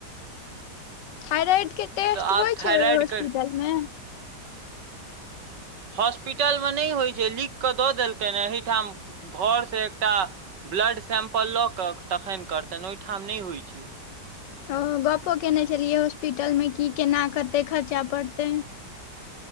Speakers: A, on the left; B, on the right.
A: थइराइड के टेस्ट
B: तऽ आब
A: होइ
B: थायराइड
A: छै ओहि हॉस्पिटलमे।
B: के हॉस्पिटल मे नहि होइ छै लिख क द देलकैन हें एहिठाम घर से एकटा ब्लड सैंपल ल क तखन करतनि ओहिठाम नहि होइ छै।
A: हं ओ गपो केने छलियै हॉस्पिटल मे की केना कते खर्चा पड़तैन?